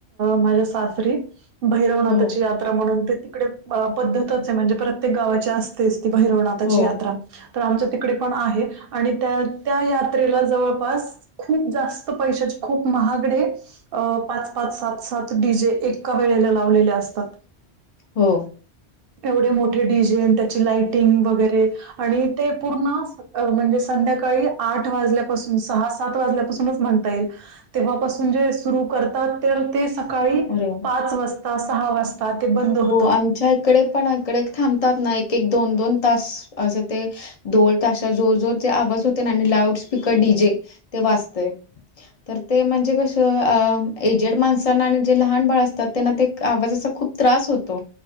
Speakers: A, on the right; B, on the left.
A: माझ्या सासरी भैरवनाथाची
B: हो,
A: यात्रा म्हणून ते तिकडे पद्धतच आहे म्हणजे प्रत्येक गावाची अस ते भैरवनाथाची
B: हो,
A: यात्रा तर आमच्या तिकडे पण आहे. आणि त्या त्या यात्रेला जवळपास खूप जास्त पैशाचे खूप महागडे अ पाच पाच सात सात डी जे एका वेळेला लावलेले असतात.
B: हो.
A: एवढे मोठे डिजेन त्याची लाइटिंग वगैरे आणि ते पूर्ण म्हणजे संध्याकाळी आठ वाजल्यापासून सहा सात वाजल्यापासूनच म्हणता येईल. तेव्हापासून जे सुरू करतात तर ते सकाळी
B: हो.
A: पाच वाजता सहा वाजता ते बंद होतं.
B: हो आमच्या इकडे पण अकडे थांबतात ना एक एक दोन दोन तास असं ते डोल तशा जोर जोर ते आवाज होते ना आणि लाउड स्पीकर डी जे ते वाचतेय. तर ते म्हणजे कसं अ एजेड माणसांना आणि जे लहान बाळ असतात त्यांना ते आवाजाचा खूप त्रास होतो.